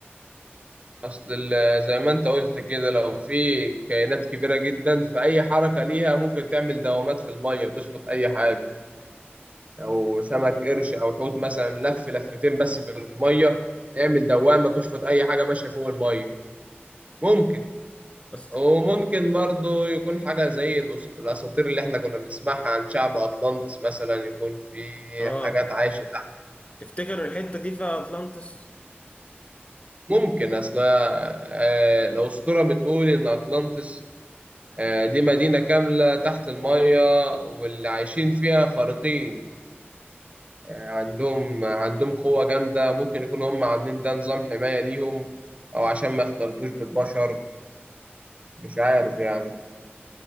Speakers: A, on the right (about 30°); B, on the left (about 30°).
A: اصل ال- زي ما انت قلت كده لو في كائنات كبيره جدا فاي حركه ليها ممكن تعمل دوامات في الميه تشفط اي حاجه لو سمك قرش او حوت مثلا لف لفتين بس في الميه يعمل دوامه تشفط اي حاجه ماشيه فوق الميه ممكن
B: بس
A: وممكن برضو يكون حاجه زي الأس- الاساطير اللي احنا كنا بنسمعها عن شعب اطلانتس مثلا يكون في
B: اه
A: حاجات عايشه تحت
B: تفتكر الحتة دي في أطلانتس؟
A: ممكن اصل آه، الاسطوره بتقول ان اطلانتس آه، دي مدينة كاملة تحت المية واللي عايشين فيها خارقين يعني عندهم عندهم قوة جامدة ممكن يكونوا هم عاملين ده نظام حماية ليهم أو عشان ما يختلطوش بالبشر مش عارف يعني